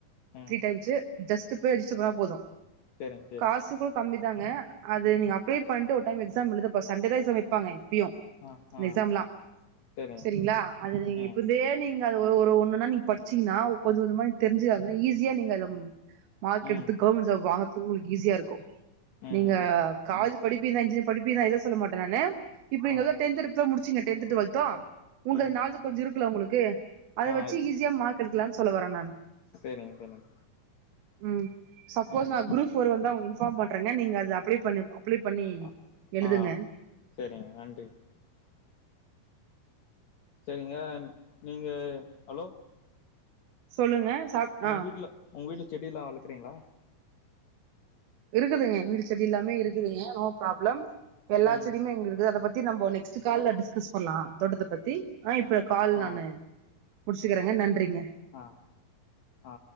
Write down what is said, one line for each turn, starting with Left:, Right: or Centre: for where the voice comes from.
Left: ம்
Right: த்ரீ டைம்ஸு ஜஸ்ட்டு போய் ரிஜிஸ்டர் பண்ணா போது
Left: செரிங்க சேர்
Right: காசு கூட கம்மி தாங்க அது நீங்க அப்ளே பண்ட்டு ஒரு டைம் எக்ஸாம் எழுதப்பா சண்டே தா எக்ஸாம் வைப்பாங்க எப்பயு
Left: ஆ ஆ
Right: எக்ஸாம்லா
Left: சரிங்க
Right: சரிங்களா அது நீங்க
Left: ம்
Right: இப்ப இருந்தே நீங் நீங்க அத ஒரு ஒன்னு ஒன்னா நீங்க படிச்சீங்கன்னா கொஞ்ச கொஞ்சமா நீங்க தெரிஞ்சுக்க ஈஸியா நீங்க அத மார்க்
Left: ம்
Right: எடுத்து கவர்மெண்ட் ஜாப் வாங்குறதுக்கு உங்குளுக்கு ஈஸியா இருக்கு
Left: ம்
Right: நீங்க காலேஜ் படிப்பீங்கதா இன்ஜினியரிங் படிப்பீங்க தா இல்ல சொல்ல மாட்டே நானு இப்ப நீங்கதா
Left: ஆ
Right: டென்த் டிப் முடிச்சீங் டென்த் டுவெல்த்து உங்க
Left: ம்
Right: நாலெஜ் கொஞ்ச இருக்குல உங்களுக்கு அத
Left: ஆ
Right: வச்சு
Left: இருக்கு
Right: ஈஸியா மார்க் எடுக்கலானு சொல்ல வரே நானு
Left: சரிங்க சரிங்க
Right: ம் சப்போஸ்
Left: ம்
Right: நா குரூப் ஃபோர் வந்தா உங்களுக்கு இன்ஃபார்ம் பன்றேங்க நீங்க அத அப்ளே பண்ணிப் அப்ளே பண்ணி
Left: அ
Right: எழுதுங்க
Left: ஆ சேரிங்க நன்றி சேரிங்க நீங்க ஹலோ
Right: சொல்லுங்க சாப்
Left: உங்க
Right: ஆ
Left: வீட்ல உங்க வீட்ல செடில்லா வளக்குறீங்களா
Right: இருக்குதுங்க எங்க வீட்ல செடி எல்லாமே இருக்குதுங்க நோ ப்ராப்ளம் எல்லா
Left: ம்
Right: செடியுமே <unintelligible> அதபத்தி த்தி நம்ம நெக்ஸ்ட் கால்ல டிஸ்கஸ் பண்ணலா தோட்டத்த பத்தி ஆ இப்ப கால்
Left: ஆ
Right: நானு முடிச்சுக்குறேங்க நன்றிங்க
Left: ஆ ஆ